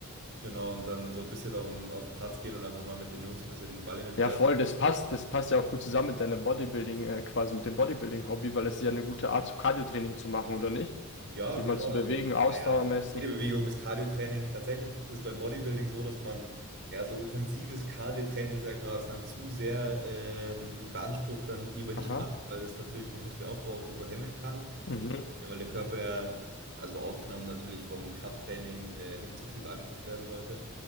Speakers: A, on the right; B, on the left.
A: genau, und dann so ein bisschen auf dem, auf den Platz gehen und einfach mal mit den Jungs ein bisschen den Ball hin und her.
B: Ja, voll, das passt. Das passt ja auch gut zusammen mit deiner Bodybuilding, äh, quasi mit dem Bodybuilding-Hobby, weil es ist ja eine gute Art, so Cardio-Training zu machen, oder nicht?
A: Ja,
B: Sich
A: genau.
B: mal zu
A: Also,
B: bewegen, ausdauermäßig.
A: naja, jede Bewegung ist Cardiotraining. Tatsächlich ist es beim Bodybuilding so, dass man ja so intensives Cardiotraining, sag ich mal, was dann zu sehr ähm, beansprucht, dann lieber nicht
B: Aha.
A: macht, weil das natürlich den Muskelaufbau auch irgendwo hemmen kann,
B: Mhm.
A: äh, weil der Körper ja, also ausgenommen natürlich vom Krafttraining, äh, nicht zu viel beansprucht werden sollte,